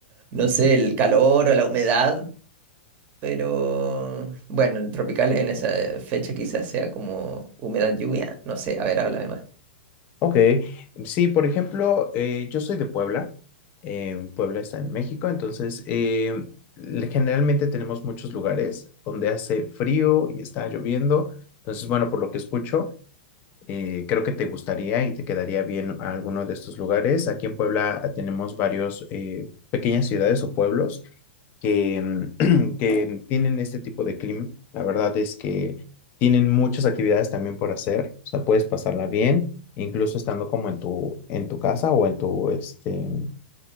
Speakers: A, on the right; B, on the left.
A: no sé, el calor o la humedad, pero bueno, el tropical en esa fecha quizás sea como humedad lluvia. No sé, a ver, háblame más.
B: ok. Sí, por ejemplo, eh, yo soy de Puebla. eh, Puebla está en México, entonces eh, le- generalmente tenemos muchos lugares donde hace frío y está lloviendo. Entonces, bueno, por lo que escucho, Eh, creo que te gustaría y te quedaría bien a alguno de estos lugares. Aquí en Puebla ah, tenemos varios eh, pequeñas ciudades o pueblos que, mm, <clears throat> que tienen este tipo de clima. La verdad es que tienen muchas actividades también por hacer. O sea, puedes pasarla bien, incluso estando como en tu, en tu casa o en tu, este,